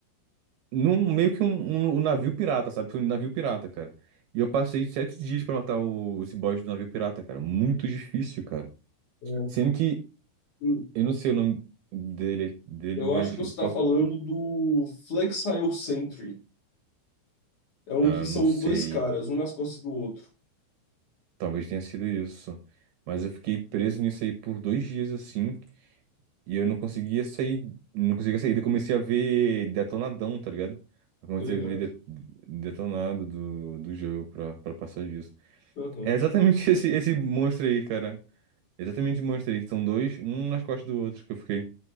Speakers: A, on the right (about 70°); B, on the left (about 45°).
A: num meio que um, um- um navio pirata, sabe? Foi um navio pirata, cara. E eu passei sete dias pra matar o, esse boss do navio pirata, cara. Muito difícil, cara.
B: É,
A: Sendo que
B: hum.
A: eu não sei o nome dele, dele,
B: Eu
A: mas
B: acho que você
A: eu posso.
B: está falando do Flexile Sentry. É um
A: Ah,
B: que são
A: não sei.
B: dois caras, um nas costas do outro.
A: Talvez tenha sido isso. Mas eu fiquei preso nisso aí por dois dias assim. E eu não conseguia sair. Não conseguia sair. Daí Eu comecei a ver detonadão, tá ligado? Eu comecei
B: Tô ligado.
A: a ver de- detonado do, do jogo pra, pra passar disso.
B: Aham.
A: É exatamente <laughs> esse, esse monstro aí, cara. Exatamente de Monster Inc. São dois, um nas costas do outro, que eu fiquei